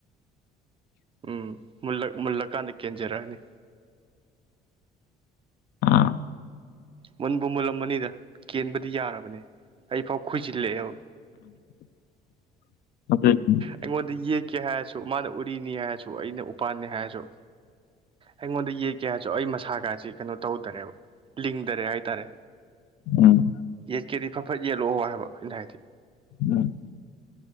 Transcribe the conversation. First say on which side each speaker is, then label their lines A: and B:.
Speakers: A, on the right; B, on the left.
A: ꯎꯝ ꯃꯨꯜꯂꯀꯥꯟꯗ ꯀꯦꯟꯖꯔꯛꯑꯅꯤ
B: ꯑꯥ
A: ꯃꯨꯟꯕꯨ ꯃꯨꯜꯂꯝꯕꯅꯤꯗ ꯀꯦꯟꯕꯗꯤ ꯌꯥꯔꯕꯅꯦ ꯑꯩꯐꯥꯎ ꯈꯨꯏꯖꯤꯜꯂꯛꯑꯦꯕ
B: <inaudible>
A: ꯑꯩꯉꯣꯟꯗ ꯌꯦꯛꯀꯦ ꯍꯥꯏꯔꯁꯨ ꯃꯥꯅ ꯎꯔꯤꯅꯤ ꯍꯥꯏꯔꯁꯨ ꯑꯩꯅ ꯎꯄꯥꯥꯟꯅꯤ ꯍꯥꯏꯔꯁꯨ ꯑꯩꯉꯣꯟꯗ ꯌꯦꯛꯀꯦ ꯍꯥꯏꯔꯁꯨ ꯑꯩ ꯃꯁꯥ ꯀꯁꯤ ꯀꯩꯅꯣ ꯇꯧꯗꯔꯦꯕ ꯂꯤꯡꯗꯔꯦ ꯍꯥꯏꯇꯥꯔꯦ
B: ꯎꯝ
A: ꯌꯦꯠꯀꯦꯗꯤ ꯐꯠ ꯐꯠ ꯌꯦꯠꯂꯛꯑꯣ ꯍꯥꯏꯕ ꯑꯩꯅ ꯍꯥꯏꯗꯤ
B: ꯎꯝ